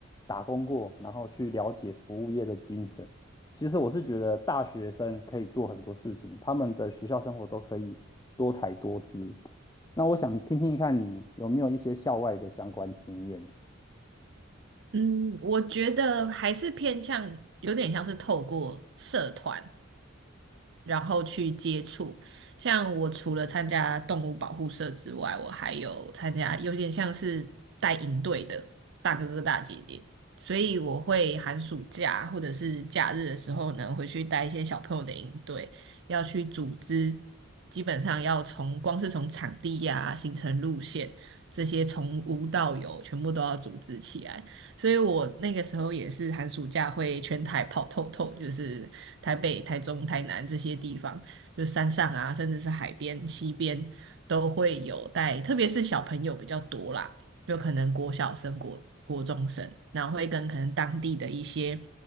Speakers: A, on the left; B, on the right.
A: 打工过，然后去了解服务业的精神。其实我是觉得大学生可以做很多事情，他们的学校生活都可以多彩多姿。那我想听听看你有没有一些校外的相关经验。
B: 嗯，我觉得还是偏向有点像是透过社团，然后去接触。像我除了参加动物保护社之外，我还有参加有点像是带营队的大哥哥大姐姐，所以我会寒暑假或者是假日的时候呢，回去带一些小朋友的营队，要去组织。基本上要从光是从场地呀、行程路线这些从无到有，全部都要组织起来。所以我那个时候也是寒暑假会全台跑透透，就是台北、台中、台南这些地方，就山上啊，甚至是海边、西边都会有带，特别是小朋友比较多啦，就可能国小生、国国中生，然后会跟可能当地的一些